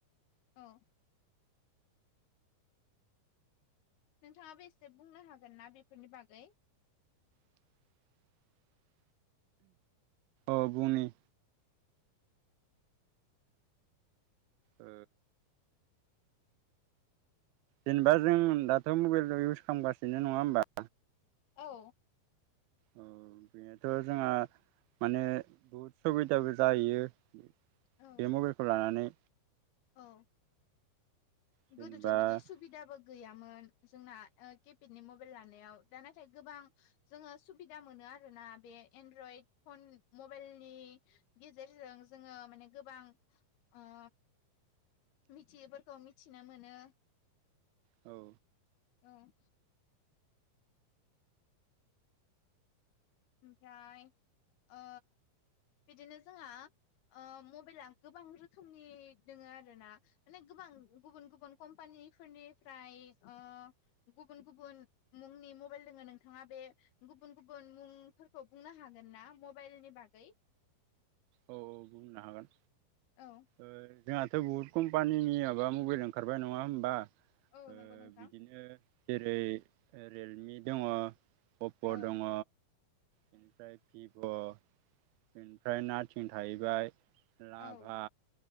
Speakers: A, on the left; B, on the right.
A: औ नोंथाङाबो एसे बुंनो हागोन ना बेफोरनि बागै?
B: <inaudible> औ बुंनि ओ जेनेबा जों दाथ' मबाइल इउस खालामगासिनो नङा होमबा?
A: औ
B: औ बेनोथ' जोंहा माने बहुद सुबिदाबो जाहैयो बे
A: औ
B: मबाइलखौ लानानै
A: औ
B: जेनेबा
A: गोदोथ' बिदि
B: औ
A: सुबिदाबो गैयोमोन जोंना केपेडनि मबाइल लानायाव दा नाथाय गोबां जोङो सुबिदा मोनो आरोना बे एनड्रइड फन मबाइलनि गेजेरजों जोङो माने गोबां ओ मिथियैफोरखौ मिथिनो मोनो
B: औ
A: औ ओमफ्राय ओ बिदिनो जोंहा ओ मबेइला गोबां रोखोमनि दोङो आरो ना माने गोबां गुबुन गुबुन कम्पानि निफोरनिफ्राय ओ गुबुन गुबुन मुंनि मबेइल दोङो नोंथाङा बे गुबुन गुबुन मुंफोरखौ बुंनो हागोन ना मबाइलनि बागै
B: औ औ बुंनो हागोन
A: औ
B: ओ जोंहाथ' बुहुत कम्पानिनि माबा मबेल ओंखारबाय नङा होमबा ओ
A: औ नंगौ नोंथां
B: बिदिनो जेरै रियेलमि दङ' अप्प
A: औ
B: दङ' बेनिफ्राय भिभ‌' बेनिफ्राय नाथिं थाहैबाय लाभा
A: औ